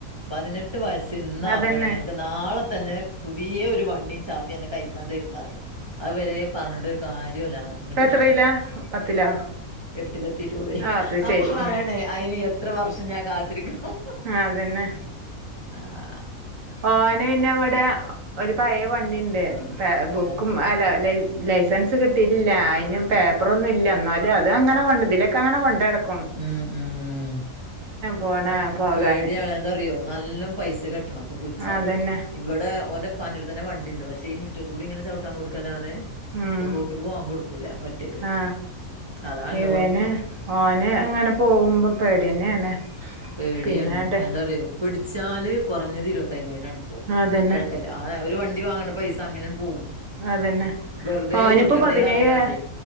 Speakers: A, on the right (about 35°); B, on the right (about 65°).
A: പതിനെട്ട് എട്ടു വയസ്സ് ഇന്നാവുകവാണെിൽഞനക്ക്
B: അതന്നെ
A: നാളെ തന്നെ പുതിയ ഒരു വണ്ടിയും ചാവി അന്റെ കഴിക്കാന് തരു ന്നറയും.. അവരെ പറഞ്ഞിട്ടരു കാര്യല്ലാറയുംങ്ങിട്ട്
B: റില പത്തിലോ?
A: എട്ടിലെത്തിട്ടുള്ളൂ
B: ആ അത് ശരി
A: അപ്പൊ പറയണേ അയിന് എത്ര വർഷം ഞാൻ കാത്തിരിക്കണം.
B: അതന്നെ
A: ആഹ്.
B: ഓന് പിന്നെവിടെ ഒരു പഴയ വണ്ടിണ്ട് ബുക്കും
A: ആ,
B: അ ലൈസൻസ് കിട്ടിയില്ല അയിനും. പേപ്പറൊന്നും ല്ല ന്നാലും അത് അങ്ങനെ കൊണ്ട് ഇതിലേക്കെ അങ്ങനെ കൊണ്ടടക്ക്
A: ഉം ഉം ഉം
B: പോണ പോകാന്
A: പേടിയണന്തറിയോ? നല്ലൊം പൈസ കട്ടണംപ്പൊ പിടിച്ചാല്.
B: അതന്നെ
A: ഇവിടെ ഓന്റെ പണ്ടട്തന്നെ വണ്ടിണ്ട് പക്ഷേ ഈ മുറ്റത്തൂടി ഇങ്ങെ ചവിട്ടാൻ കൊടുക്കല്ലാതെ
B: ഉം
A: ഇപ്പൊ റോട്ടിക്ക് ബാഗ് കൊടുക്കൂല ഒറ്റക്ക്
B: ആ
A: അതാണല്ല
B: ഇവന്
A: കൊഴപ്പം
B: ഓന് ഇങ്ങനെ പോവുമ്പോ പേടിയന്നെയാണ്
A: പേടിയാണ്
B: പിന്നാട്
A: എന്താറിയോ പിടിച്ചാല് കൊറഞ്ഞത് ഇരുപത്തയ്യായിരം ആണ് ഇപ്പൊ
B: അതന്നെ
A: കെട്ടൽ ആ അവര് വണ്ടി വാങ്ങണ്ട പൈസ അങ്ങനങ്ങു പോകും
B: അതന്നെ
A: വെറുതെ
B: ഓനിപ്പ
A: കൊടുക്കണ്ടേന്ന്
B: പതിനേഴാ
A: പറഞ്ഞ്ങ്ങാണ്ടേ